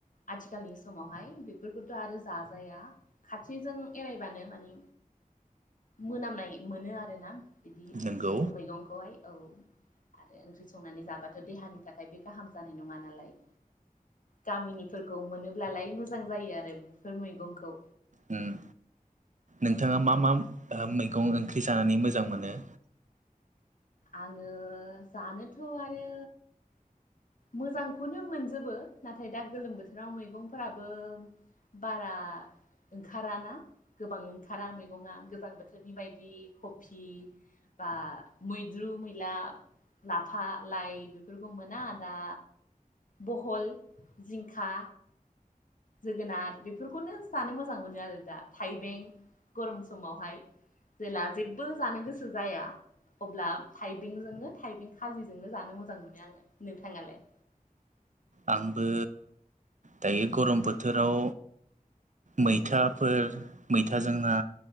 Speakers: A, on the left (about 65°); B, on the right (about 55°).
A: आथिखालनि समावहाय बेफोरखौथ' आरो जाजाया खाथिजों एरायबानो मानि मोनामनाय मोनो आरो ना बिदि
B: नोंगौ
A: सिबुं मैगं खौहाय औ आरो ओंख्रि संनानै जाबाथ' देहानि थाखाय बे गाहाम जानाय नङा नालाय गामिनिफोरखौ मोनोब्लालाय मोजां जायो आरो बेफोर मैगंखौ
B: ओम नोंथाङा मा मा मैगं ओंख्रि जानानै मोजां मोनो
A: आङो जानोथ' आरो मोजांखौनो मोनजोबो नाथाय दा गोलोम बोथोराव मैगंफोराबो बारा ओंखाराना गोबां ओंखारा मैगंआ गोबां बोथोरनि बायदि कफि बा मैद्रु मैला लाफा लाइ बेफोरखौ मोना दा बहल जिंखा जोगोनार बेफोरखौनो जानो मोजां मोनो आरो दा थाइबें गरम समावहाय जेला जेबो जानो गोसो जाया अब्ला थाइबेंजोंनो थाइबें खाजिजोंनो जानो मोजां मोनो आङो नोंथाङालाय
B: आंबो दायो गरम बोथोराव मैथाफोर मैथा जोंना